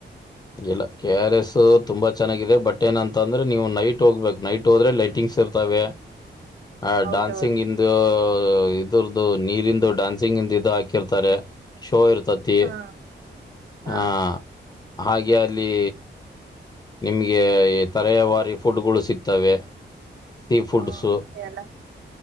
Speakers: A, on the left; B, on the right.
A: ಇಲ್ಲ ಕೆ ಆರ್ ಎಸ್ ತುಂಬಾ ಚೆನ್ನಾಗಿದೆ ಬಟ್ ಏನಂತ ಅಂದ್ರೆ ನೀವು ನೈಟ್ ಹೋಗ್ಬೇಕು ನೈಟ್ ಹೋದ್ರೆ ಲೈಟಿಂಗ್ಸ್ ಇರ್ತವೆ. ಆ
B: ಹೌದೌದು
A: ಡಾನ್ಸಿಂಗಿಂದೂ ಇದುರ್ದು ನೀರಿಂದು ಡಾನ್ಸಿಂಗಿಂದ್ ಇದು ಹಾಕಿರ್ತಾರೆ. ಶೋ ಇರ್ತತಿ
B: ಹಾ ಹಾ
A: ಆ. ಹಾಗೆ ಅಲ್ಲಿ ನಿಮ್ಗೆ ತರೆಯವಾರಿ ಫುಡ್ಗಳು ಸಿಗ್ತವೆ. ಸೀ ಫುಡ್ಸು
B: ಹಾ ಎಲ್ಲ